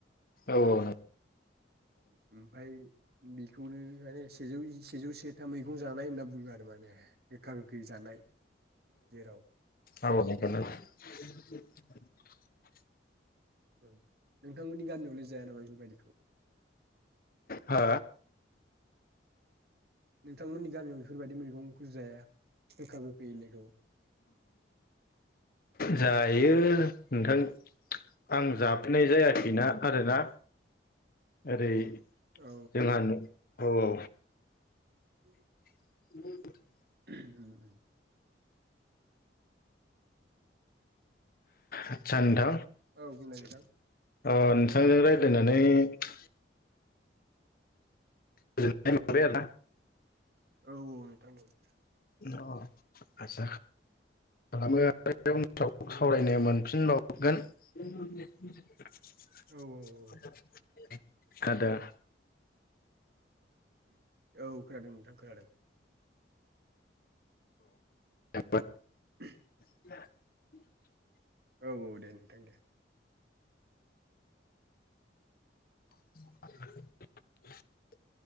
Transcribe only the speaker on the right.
उम ओमफाय बेखौनो माने सेजौ सेजौ सेथा मैगं जानाय होनना बुङो आरो माने गोखा गोखै जानाय जेराव
नोंथांमोननि गामियावलाय जाया नामा बेफोरबायदिखौ
नोंथांमोननि गामियाव बेफोरबायदि मैगंखौ जाया गोखा गोखै होननायखौ
औ
<inaudible>
<unintelligible>
औ बुंलाय नोंथां
औ
औ औ नोंथां औ <inaudible>
औ औ औ औ खोनादों नोंथां खोनादों।
<unintelligible>
औ औ दे नोंथां दे।